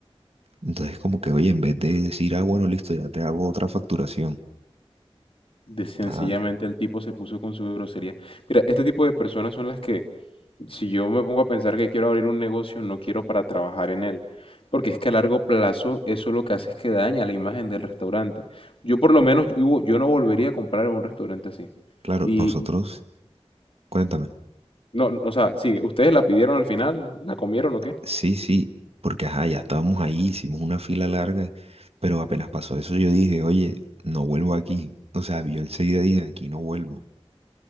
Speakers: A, on the right; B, on the left.
A: Entonces como que, oye, en vez de decir, ah, bueno, listo, ya te hago otra facturación.
B: De sencillamente
A: Nada,
B: el tipo se puso con su grosería. Mira, este tipo de personas son las que Si yo me pongo a pensar que quiero abrir un negocio, no quiero para trabajar en él, porque es que a largo plazo eso lo que hace es que daña la imagen del restaurante. Yo por lo menos, yo, yo no volvería a comprar en un restaurante así.
A: claro,
B: Y
A: nosotros, cuéntame.
B: no, no, o sea, sigue, ¿ustedes la pidieron al final? ¿La comieron o qué?
A: Sí, sí, porque ajá, ya estábamos ahí, hicimos una fila larga, pero apenas pasó eso yo dije, oye, no vuelvo aquí. O sea, yo enseguida dije, aquí no vuelvo.